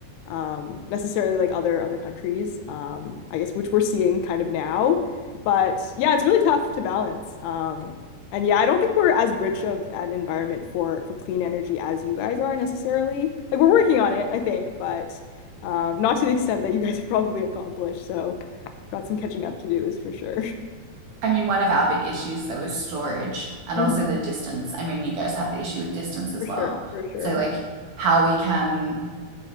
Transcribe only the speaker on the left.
um necessarily like other other countries, um, I guess which we're seeing kind of now. But yeah, it's really tough to balance. Um and yeah, I don't think we're as rich of an environment for for clean energy as you guys are necessarily. Like we're working on it, I think, but um, not to the extent that you guys <laughs> have probably accomplished. So got some catching up to do is for sure. <laughs>
Mhm.
For sure,
for sure.